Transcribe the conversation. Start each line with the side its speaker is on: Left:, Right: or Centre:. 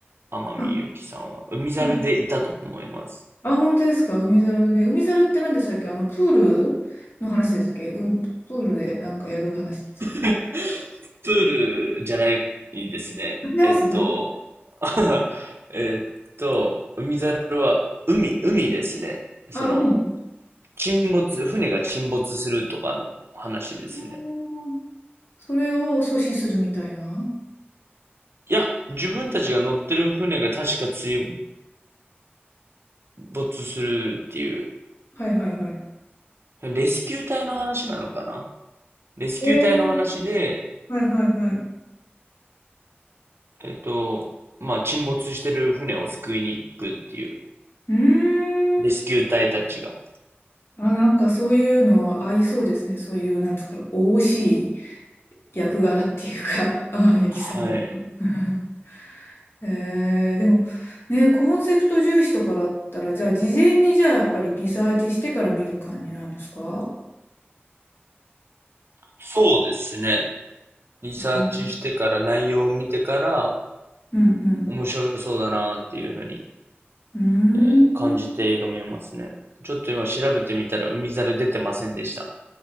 Right: 天海祐希さんは。
Left: あ、
Right: 海猿でいたと思います。
Left: うんあ本当ですか海猿ね。海猿って何でしたっけあの、プールの話ですっけうん、プールでなんかやる話。
Right: <laughs> プールじゃないですね。
Left: 違います
Right: えっと、<laughs> えっと、海猿は海、海ですね。その、
Left: あ、海
Right: 沈没、船が沈没するとかの話ですね。
Left: おーそれを阻止するみたいな。
Right: いや、自分たちが乗ってる船が確か追没するっていう、
Left: はいはいはい。
Right: レスキュー隊の話なのかなレスキュー隊の話で、
Left: えー、はいはいはい。
Right: えっと、まあ、沈没してる船を救いに行くっていう、
Left: うーん。
Right: レスキュー隊たちが。
Left: あ、なんかそういうの合いそうですね。そういう、なんですか、おおしい役柄っていうか、天海祐希さんだと。
Right: はい。
Left: <laughs> えー、でも、ね、コンセプト重視とかだったら、じゃあ、事前にじゃあ、やっぱりリサーチしてから見る感じなんですか
Right: そうですね。リサーチしてから内容を見てから、
Left: うんうん。うん
Right: 面白そうだなっていうふうに、
Left: うーん。
Right: えー感じて映画見ますね。ちょっと今調べてみたら海猿出てませんでした。